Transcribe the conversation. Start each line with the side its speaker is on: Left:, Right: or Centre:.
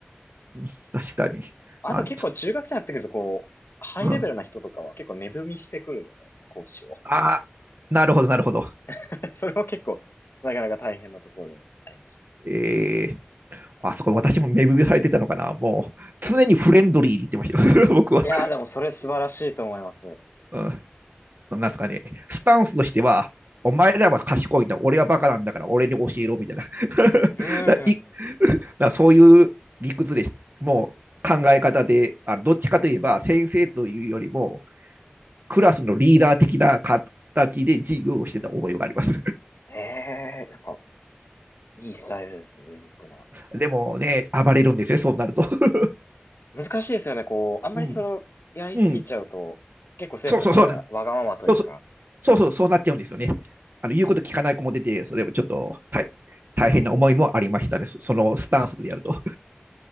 Right: <laughs> 確かに。
Left: あと結構中学生になってくると、
Right: あ、
Left: こう、ハイレベルな人とかは結構値踏みしてくるので、
Right: うん、
Left: 講師を。
Right: あー、なるほど、なるほど。
Left: <laughs> それは結構、なかなか大変なところでありました。
Right: えー、あそこ私も目指されてたのかな。もう、常にフレンドリーに言ってましたよ。<laughs> 僕は。
Left: いやー、でもそれ素晴らしいと思います。
Right: うん、うん、なんすかね。スタンスとしては、お前らは賢いんだ、俺はバカなんだから、俺に教えろ、みたいな。<laughs>
Left: うん、うん、
Right: だいだからそういう理屈で、
Left: う
Right: もう考え方で、あどっちかといえば、先生というよりも、クラスのリーダー的な形で授業をしてた覚えがあります。
Left: ん。ええ、なんか、いいスタイルですね、ユニークな。
Right: でもね、暴れるんですよ、そうなると。<laughs>
Left: 難しいですよね。こう、あんまりそれをやりすぎちゃうと、
Right: うん。うん。
Left: 結構生徒たちがわがままというか、
Right: そうそうそうなん。そうそう。そうそう、そうなっちゃうんですよね。あの、言うこと聞かない子も出て、それもちょっと大、大変な思いもありましたね。そそのスタンスでやると。